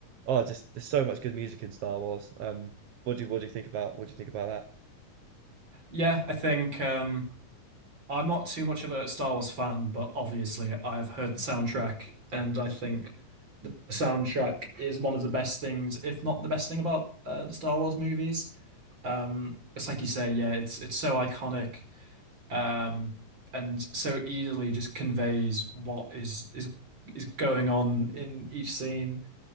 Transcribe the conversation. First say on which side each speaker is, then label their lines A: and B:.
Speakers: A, on the right; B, on the right.
A: oh, just there's so much good music in Star Wars. Um, what do you what do you think about what do you think about
B: Yeah, I think um, I'm not too much of a Star Wars fan, but obviously I've heard the soundtrack, and I think the soundtrack is one of the best things, if not the best thing about uh, the Star Wars movies. Um, it's like you say, yeah, it's it's so iconic, um, and so easily just conveys what is is is going on in each scene.